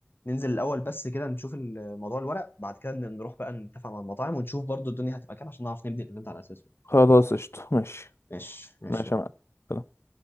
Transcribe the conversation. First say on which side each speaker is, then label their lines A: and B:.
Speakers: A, on the left; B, on the left.
A: ننزل الاول بس كده نشوف ال- موضوع الورق بعد كده نروح بقى نتفق مع المطاعم ونشوف برضه الدنيا هتبقى كام عشان نعرف نبني الايفنت على اساسه
B: خلاص قشطة ماشي
A: ماشي ماشي
B: ماشي يا معلم